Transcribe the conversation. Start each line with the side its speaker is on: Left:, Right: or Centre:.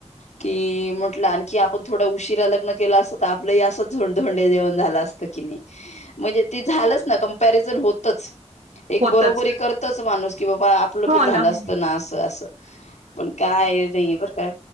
Left: कि म्हंटलं आणखी आपण थोड्या उशीरा लग्न केलं असतं तर आपलंही असंच धोंडे जेवण झालं असतं कीनी. ह. म्हणजे त झालंच ना. कंपॅरिझन होतच. एक
Right: होतच
Left: बरोबरी करतच माणूस की बाबा आपलं
Right: हो
Left: पण झालं
Right: ना
Left: असतं
Right: हो
Left: ना. असं, असं पण काय नाही बरं का